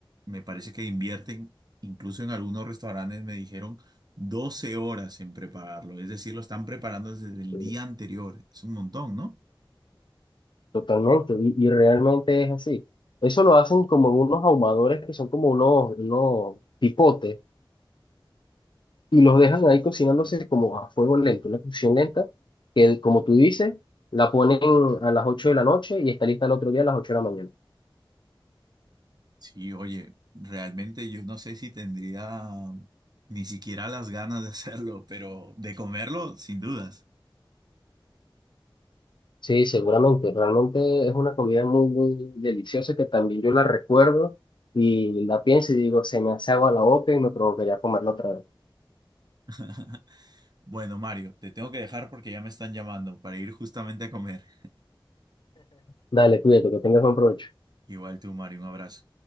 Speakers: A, on the right (about 50°); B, on the left (about 60°).
A: me parece que invierten, incluso en algunos restaurantes me dijeron 12 horas en prepararlo, es decir, lo están preparando desde el
B: sí,
A: día anterior, es un montón, ¿no?
B: totalmente. Y, y realmente es así. Eso lo hacen como en unos ahumadores que son como unos, unos pipotes y los dejan ahí cocinándose como a fuego lento, una cocción lenta, que como tú dices, la ponen a las 8 de la noche y está lista el otro día a las ocho de la mañana.
A: Sí, oye, realmente yo no sé si tendría ni siquiera las ganas de hacerlo, pero de comerlo, sin dudas.
B: Sí, seguramente, realmente es una comida muy, muy deliciosa que también yo la recuerdo y la pienso y digo, se me hace agua la boca y me provocaría comerla otra vez.
A: <laughs> Bueno, Mario, te tengo que dejar porque ya me están llamando para ir justamente a comer.
B: Dale, cuídate, que tengas buen provecho.
A: Igual tú, Mario, un abrazo.